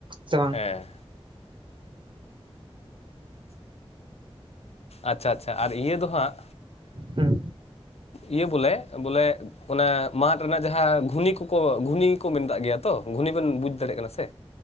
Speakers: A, on the right (about 50°); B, on the left (about 85°).
A: ᱥᱮ ᱵᱟᱝ
B: <inaudible> ᱦᱮᱸ ᱟᱪᱪᱷᱟ ᱟᱪᱪᱷᱟ ᱟᱨ ᱤᱭᱟᱹ ᱫᱚ ᱦᱟᱸᱜ
A: ᱦᱩᱸ
B: ᱤᱭᱟᱹ ᱵᱚᱞᱮ ᱵᱚᱞᱮ ᱚᱱᱟ ᱢᱟᱫ ᱨᱮᱱᱟᱜ ᱡᱟᱦᱟᱸ ᱜᱷᱩᱱᱤ ᱠᱚᱠᱚ ᱜᱷᱩᱱᱤ ᱠᱚ ᱢᱮᱱᱫᱟᱜ ᱜᱮᱭᱟ ᱛᱚ ᱜᱷᱩᱱᱤ ᱵᱮᱱ ᱵᱩᱡᱽ ᱫᱟᱲᱮᱭᱟᱜ ᱠᱟᱱᱟ ᱥᱮ